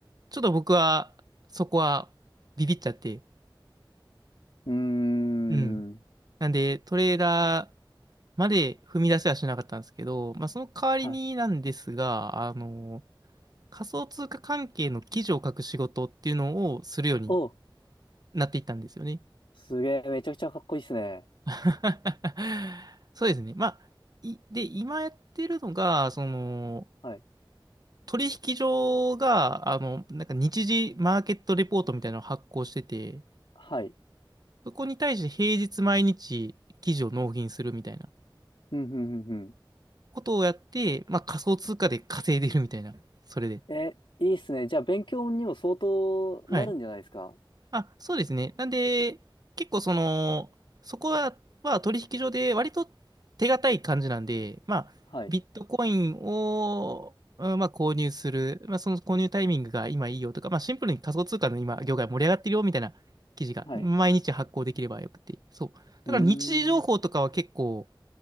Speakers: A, on the right; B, on the left.
A: ょっと僕は、そこはビビっちゃって、
B: うーん。
A: うん。なんで、トレーダー、まで踏み出せはしなかったんですけど、まあ、その代わりになんですが、
B: はい。
A: あの仮想通貨関係の記事を書く仕事っていうのをするように
B: お
A: なっていったんですよね。
B: すげえ、めちゃくちゃかっこいいっすね。
A: <laughs> そうですね。まあ、いで、今やってるのが、その、
B: はい。
A: 取引所が、あの、なんか日時マーケットレポートみたいなのを発行してて、
B: はい。
A: そこに対して平日毎日記事を納品するみたいな
B: うん、うん、うん、
A: ことをやって、まあ仮想通貨で稼いでるみたいな、それで。
B: うん。え、いいっすね。じゃあ、勉強にも相当なるんじゃないですか
A: はい。あ、そうですね。なんで、結構その、そこは、は取引所で割と手堅い感じなんで、まあ、
B: はい。
A: ビットコインを、うんまあ、購入する、まあ、その購入タイミングが今いいよとか、まあ、シンプルに仮想通貨の今、業界盛り上がってるよみたいな記事が毎日発行できればよくて、
B: はい。
A: そう。だから日時情報とかは結構、
B: うーん。